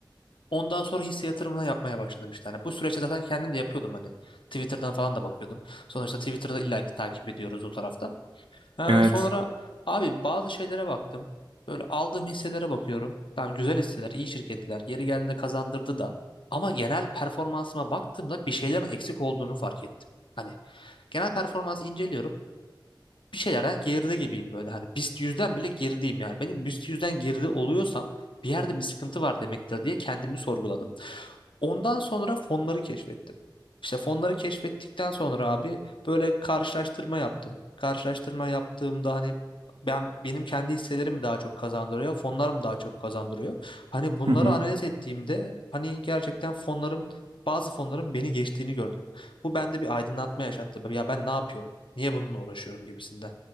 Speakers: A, on the left (about 80°); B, on the right (about 80°).
A: Ondan sonra hisse yatırımına yapmaya başladım işte. Hani bu süreçte zaten kendim de yapıyordum hani. Twitter'dan falan da bakıyordum. Sonuçta Twitter'da illaki takip ediyoruz o tarafta. Ha,
B: Evet.
A: sonra abi bazı şeylere baktım. Böyle aldığım hisselere bakıyorum. Tamam güzel hisseler, iyi şirketler. Yeri geldiğinde kazandırdı da. Ama genel performansıma baktığımda bir şeylerin eksik olduğunu fark ettim. Hani genel performansı inceliyorum. Bir şeylerden geride gibiyim böyle. Hani BIST 100'den bile gerideyim yani. Benim BIST 100'den geride oluyorsam bir yerde bir sıkıntı var demektir diye kendimi sorguladım. Ondan sonra fonları keşfettim. İşte fonları keşfettikten sonra abi böyle karşılaştırma yaptım. Karşılaştırma yaptığımda hani ben benim kendi hisselerim mi daha çok kazandırıyor, fonlar mı daha çok kazandırıyor? Hani bunları
B: Hı hı.
A: analiz ettiğimde hani gerçekten fonlarım, bazı fonların beni geçtiğini gördüm. Bu bende bir aydınlatma yaşattı. Ya ben ne yapıyorum? Niye bununla uğraşıyorum gibisinden.